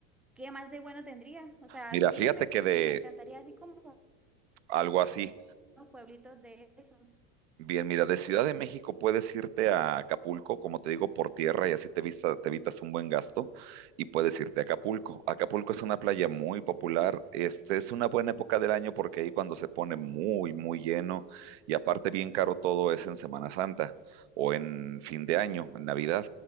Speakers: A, in the centre; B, on the right.
A: qué más de bueno tendría. O sea,
B: Mira,
A: sí
B: fíjate
A: me,
B: que de
A: me encantaría así como
B: algo así,
A: unos pueblitos de esos.
B: Bien, mira, de Ciudad de México puedes irte a Acapulco, como te digo, por tierra y así te vista- te evitas un buen gasto y puedes irte a Acapulco. Acapulco es una playa muy popular, este es una buena época del año porque ahí cuando se pone muy, muy lleno y aparte bien caro todo es en Semana Santa o en fin de año, en Navidad,